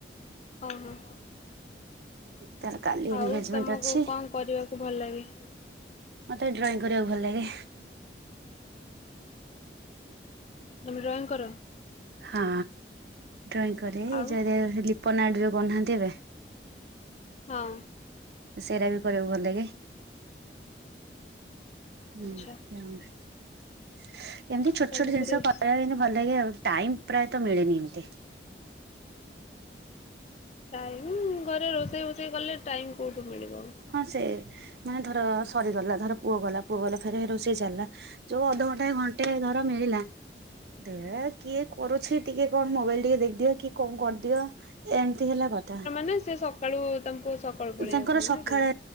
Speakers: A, on the left; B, on the right.
A: ଓହୋ।
B: ତାର କାଲି
A: ଆଉ
B: ଏନଗେଜମେଣ୍ଟ
A: ତମକୁ
B: ଅଛି
A: କଣ କରିବାକୁ ଭଲ ଲାଗେ?
B: ମତେ ଡ୍ରଇଂ କରିବାକୁ ଭଲ ଲାଗେ।
A: ତମେ ଡ୍ରଇଂ କର?
B: ହଁ ଡ୍ରଇଂ କରିରେ
A: ଆଉ
B: ଯ ଲିପନ ଆଟ ଯୋଉ କରନାହାନ୍ତି ଏବେ
A: ହଁ।
B: ସେଇଟା ବି କରିବାକୁ ଭଲ ଲାଗେ। ହୁଁ
A: ଆଚ୍ଛା
B: ଏମିତି
A: ତ
B: ଛୋଟ
A: ତମକୁ
B: ଛୋଟ ଜିନିଷ
A: ରୋଷ୍
B: କରିବା ଭଲ ଲାଗେ ଆଉ ଟାଇମ୍ ପ୍ରାୟତ ମିଳେନି ଏମିତି।
A: ଟାଇମ ଘରେ ରୋଷେଇ ଫୋଷେଇ କଲେ ଟାଇମ କୋଉଠୁ ମିଳିବ।
B: ହଁ ସେ ମାନେ ଧର ସରିଗଲା ଧର ପୁଅ ଗଲା। ପୋଗଲ ଫେର ରୋଷେଇ ଚାଲିଲା ଯୋଉ ଅଧଘଣ୍ଟା ଘଣ୍ଟେ ଧର ମିଳିଲା। ଦେ କିଏ? କରୁଛି ଟିକେ କଣ ମୋବାଇଲ ଟିକେ ଦେଖିଦିଅ କି କଣ କରିଦିଅ ଏମିତି ହେଲା କଥା।
A: ନା ସେ ସକାଳୁ ତାଙ୍କୁ ସକାଳୁ ପଳେଇ
B: ତାଙ୍କର
A: ଆଶୁଥିବ
B: ସକାଳେ
A: ନା କି।